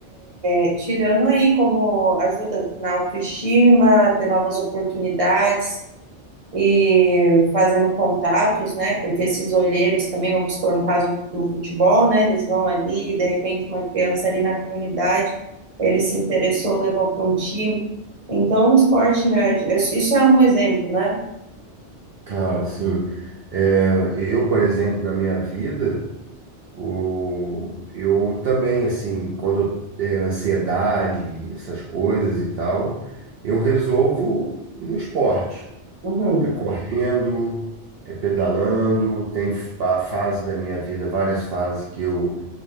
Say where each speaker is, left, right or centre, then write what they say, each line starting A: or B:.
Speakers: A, on the right (about 30°); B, on the right (about 60°).
A: é, tirando aí como ajuda na autoestima, ter novas oportunidades e fazendo contatos, né? Porque esses olheiros também, vamos supor, no caso do futebol, né? Eles vão ali, e de repente uma criança ali na comunidade, ele se interessou, levou para um time. Então, o esporte nerd, isso isso é um exemplo, né?
B: claro, sim. É, eu, por exemplo, na minha vida. O, eu também, assim, quando é ansiedade, essas coisas e tal, eu resolvo no esporte.
A: Uhum.
B: É correndo, é pedalando, tem a fase da minha vida, várias fases que eu,